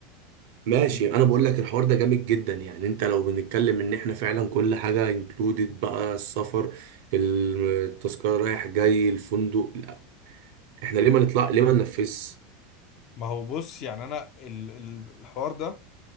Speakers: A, on the right (about 65°); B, on the left (about 50°).
A: ماشي
B: فاهمني
A: انا بقول لك الحوار ده جامد جدا يعني انت لو بنتكلم ان احنا فعلا كل حاجه انكلودed بقى السفر التذكره رايح جاي الفندق لا احنا ليه ما نطلع ليه ما ننفذش
B: ما هو بص يعني انا ال- ال- الحوار ده